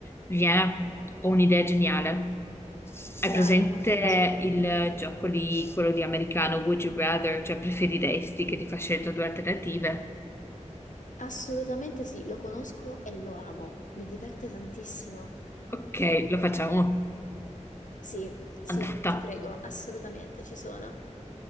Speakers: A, on the left; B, on the left.
A: Viene, ho un'idea geniale. Hai
B: Vai,
A: presente
B: sono pronta.
A: il gioco lì, quello di americano Would you rather, cioè preferiresti che ti fa scelta due alternative?
B: Assolutamente sì, lo conosco e lo amo. Mi diverte tantissimo.
A: Ok, lo facciamo.
B: Sì, sì,
A: Andata.
B: ti prego, assolutamente ci sono.